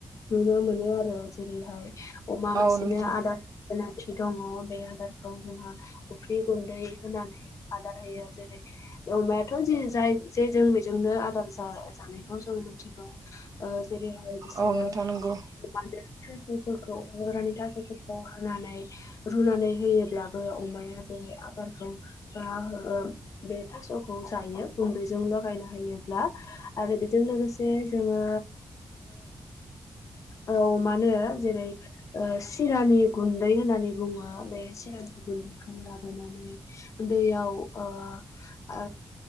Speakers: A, on the left; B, on the right.
A: नुनो मोनो आरो जेरैहाय अमा
B: औ
A: मासेनो
B: नोंथां
A: आदार होनाय दङ बे आदारखौ जोहा अफ्रि गुन्दै होनानै आदार होयो जेरै अमायाथ' जे जाय जेजों बेजोंनो आदार जा-जानायखौ जों मिथियो। जेरैहाय बिसोरो
B: औ नोंथां नंगौ
A: अमानो थास'फोरखौ हाग्रानि थास'फोरखौ होनानै रुनानै होयोब्लाबो अमाया बे आबादखौ ओ हो बे थास'खौ जायो गुन्दैजों लगायना होयोब्ला आरो बेजों लोगोसे जोङो ओ औ। मानो जेरै ओ सिरानि गुन्दै होननानै बुङो बे सिरानि गुन्दैखौ लाबोनानै दैयाव ओ आ